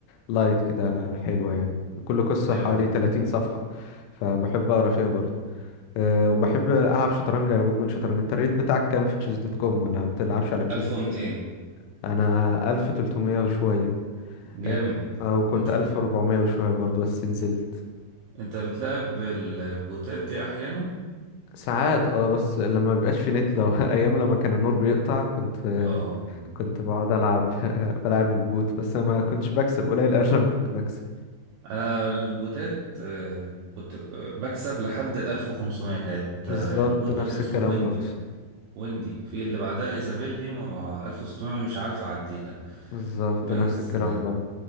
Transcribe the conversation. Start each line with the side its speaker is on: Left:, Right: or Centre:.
Left: لايت كده حلوة يعني كل قصة
Right: جامد
Left: حوالي 30 صفحة فبحب أقرأ فيها برضه آه، وبحب ألعب شطرنج أنا مدمن شطرنج أنت الريت بتاعك كام في تشيز دوت كوم ولا ما بتلعبش على تشيز
Right: 1200
Left: دوت كوم أنا 1300 وشوية
Right: جامد
Left: آه، أو كنت
Right: انت
Left: 1400 وشوية برضه بس نزلت
Right: انت بتلعب بالبوتات دي احيانا
Left: ساعات اه بس لما بيبقاش في نت لو <laughs> ايام لما كان النور بيقطع كنت
Right: اه
Left: كنت بقعد العب <laughs> بلعب البوت بس ما كنتش بكسب قليل قوي لما كنت بكسب
Right: <laughs> انا البوتات آه، كنت بكسب لحد ال 1500 كانت
Left: بالظبط
Right: آه، البوت
Left: نفس
Right: ده كان اسمه
Left: الكلام
Right: ويندي
Left: برضه
Right: ويندي في اللي بعدها ايزابيل دي ما ما 1600 مش عارف اعديها
Left: بالظبط
Right: بس
Left: نفس الكلام برضه